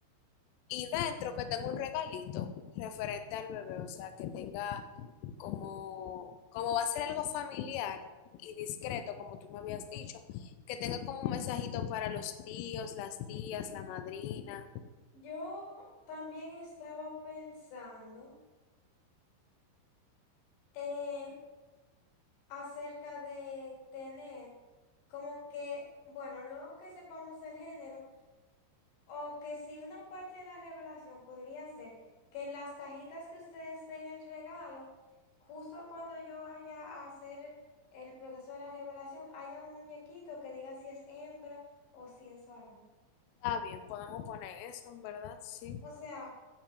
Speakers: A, on the left; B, on the left.
A: Y dentro que tenga un regalito referente al bebé, o sea, que tenga como, como va a ser algo familiar y discreto, como tú me habías dicho, que tenga como un mensajito para los tíos, las tías, la madrina.
B: Yo también estaba pensando eh, acerca de tener como que, bueno, luego que sepamos el género, O que si una parte de la revelación podría ser que en las cajitas que ustedes den el regalo, justo cuando yo vaya a hacer el proceso de la revelación, haya un muñequito que diga si es hembra o si es varón.
A: Está bien, podemos poner eso, en verdad, sí.
B: O sea,